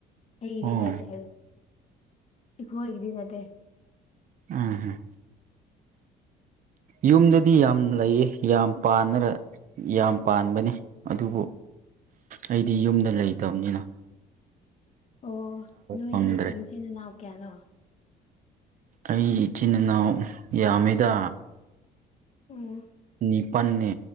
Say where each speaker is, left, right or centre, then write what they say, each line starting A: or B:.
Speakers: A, on the left; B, on the right.
A: ꯑꯩꯒꯤꯗꯤ
B: ꯑꯣ
A: ꯅꯠꯇꯦ ꯑꯩꯈꯣꯏꯒꯤꯗꯤ ꯅꯠꯇꯦ
B: ꯑꯥ ꯑꯥ ꯌꯨꯝꯗꯗꯤ ꯌꯥꯝ ꯂꯩꯌꯦ ꯌꯥꯝ ꯄꯥꯅꯔ ꯌꯥꯝ ꯄꯥꯟꯕꯅꯤ ꯑꯗꯨꯕꯨ ꯑꯩꯗꯤ ꯌꯨꯝꯗ ꯂꯩꯇꯝꯅꯤꯅ
A: ꯑꯣ ꯅꯣꯏꯗꯤ
B: ꯐꯪꯗ꯭ꯔꯦ
A: ꯏꯟꯆꯤꯟ ꯏꯅꯥꯎ ꯀꯌꯥꯅꯣ
B: ꯑꯩ ꯏꯆꯤꯟ ꯏꯅꯥꯎ ꯌꯥꯝꯃꯦꯗ
A: ꯑꯣ
B: ꯅꯤꯞ ꯄꯟꯅꯦ